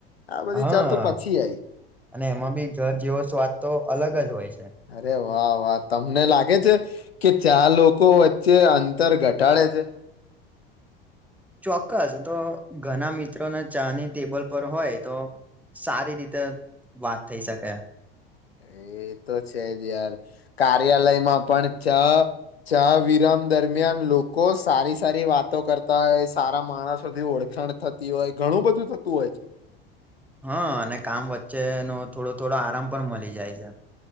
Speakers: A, on the left (about 85°); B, in the centre.
A: આ બધી
B: હા,
A: ચા તો પછી આઈ
B: અને એમાં બી ઘર જેવો સ્વાદ તો અલગ જ હોય છે
A: અર, વાહ વાહ તમને લાગે છે કે ચાર લોકો વચ્ચે અંતર ઘટાડે છે
B: ચોક્કસ તો ઘણા મિત્રોને ચાની ટેબલ પર હોય તો સારી રીતે વાત થઈ શકે
A: એ તો છે જ યાર કાર્યાલયમાં પણ ચા, ચા વિરામ દરમિયાન લોકો સારી સારી વાતો કરતા હોય સારા માણસોધથી ઓળખાણ થતી હોય ઘણું બધું થતું હોય છે
B: હા, અને કામ વચ્ચેનો થોડો, થોડો આરામ પણ મલી જાય છે